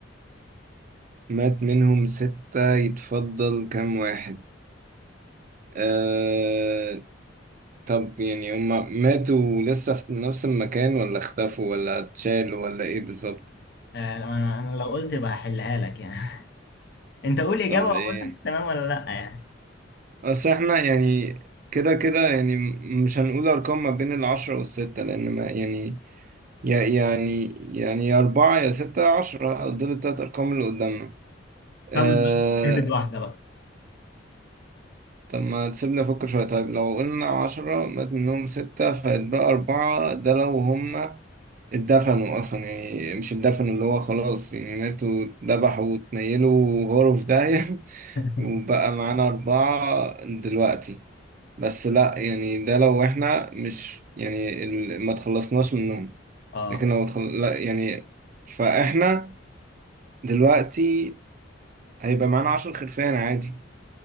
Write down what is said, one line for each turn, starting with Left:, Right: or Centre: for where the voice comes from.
Right: <laughs> مات منهم ستة يتفضل كام واحد؟ آه، طب يعني هما ماتوا لسه في نفس المكان ولا اختفوا ولا اتشالوا ولا ايه بالظبط
Left: آه، انا أنا لو قلت يبقى هحلها لك يعني <laughs> انت قول اجابة
Right: طب
Left: واقول
Right: ايه
Left: لك تمام ولا لا يعني
Right: اصل احنا يعني كده كده يعني م- مش هنقول ارقام ما بين العشرة والستة لان ما يعني يا يعني يعني يا اربعة يا ستة يا عشرة دول التلات ارقام اللي قدامنا آه،
Left: خمن بقى اهبد واحدة بقى
Right: طب ما تسيبنا نفكر شوية طيب لو قلنا عشرة مات منهم ستة فيتبقى أربعة ده لو هما اتدفنوا أصلا يعني مش اتدفنوا اللي هو خلاص يعني ماتوا اتذبحوا واتنيلوا غرف داهية <laughs>
Left: <laughs>
Right: وبقى معانا أربعة دلوقتي بس لأ يعني ده لو إحنا مش يعني ال- ما تخلصناش منهم
Left: اه
Right: لكن لو تخل... لأ يعني فإحنا دلوقتي هيبقى معانا عشر خرفان عادي